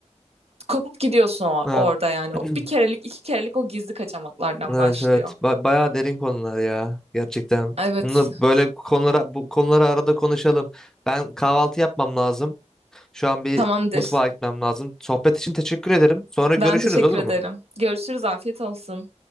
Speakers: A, on the right (about 55°); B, in the centre.
A: kopup gidiyorsun o-
B: Ha.
A: orada yani.
B: <clears throat>
A: O Bir kerelik, iki kerelik o gizli kaçamaklardan
B: Evet
A: başlıyor.
B: evet ba- bayağı derin konular ya gerçekten.
A: Evet,
B: Bunu böyle konulara bu konuları arada konuşalım. Ben kahvaltı yapmam lazım. Şu an bir
A: tamamdır.
B: mutfağa gitmem lazım. Sohbet için teşekkür ederim. Sonra görüşürüz
A: Ben teşekkür
B: olur
A: ederim.
B: mu?
A: Görüşürüz, afiyet olsun.